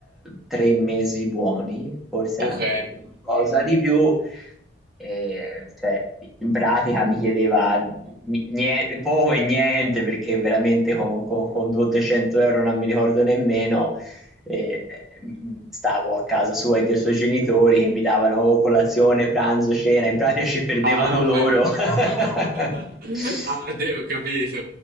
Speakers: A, in the centre; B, on the right.
A: 3 mesi buoni, forse
B: Ok,
A: anche qualcosa di più, ehm, cioè in pratica mi chiedeva nie- poco e niente perché veramente con, con, con 200 euro non mi ricordo nemmeno eh, stavo a casa sua e dei suoi genitori che mi davano colazione, pranzo, cena, in pratica ci perdevano
B: ah, ok.
A: loro.
B: <laughs>
A: <laughs>
B: Ah, devo, ho capito.